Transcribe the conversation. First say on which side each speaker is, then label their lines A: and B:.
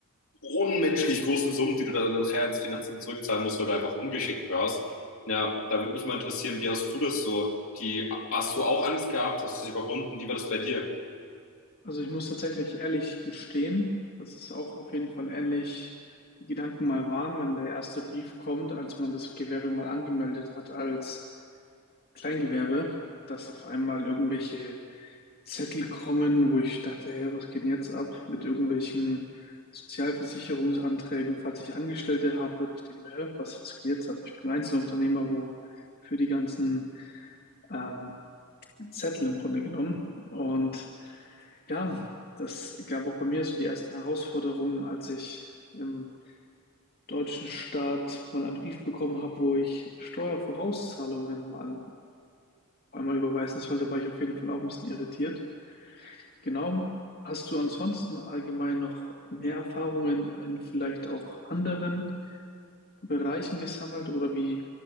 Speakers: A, on the left; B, on the left.
A: unmenschlich großen Summen, die du dann nachher ins Finanzamt zurückzahlen musst, weil du einfach ungeschickt warst. Ja, da würde mich mal interessieren, wie hast du das so? Die, hast du auch Angst gehabt? Hast du sie überwunden? Wie war das bei dir?
B: Also ich muss tatsächlich ehrlich gestehen, dass es auch auf jeden Fall ähnlich die Gedanken mal waren, wenn der erste Brief kommt, als man das Gewerbe mal angemeldet hat als Kleingewerbe, dass auf einmal irgendwelche Zettel kommen, wo ich dachte, hey, was geht denn jetzt ab mit irgendwelchen Sozialversicherungsanträgen, falls ich Angestellte habe. Und ich denke mir, hä, was, was geht jetzt ab? Ich bin Einzelunternehmer, wo für die ganzen ähm, Zettel im Grunde genommen. Und ja, das gab auch bei mir so die ersten Herausforderungen, als ich im deutschen Staat mal einen Brief bekommen habe, wo ich Steuervorauszahlungen mal einmal überweisen sollte, war ich auf jeden Fall auch ein bisschen irritiert. Genau. Hast du ansonsten allgemein noch mehr Erfahrungen in vielleicht auch anderen Bereichen gesammelt oder wie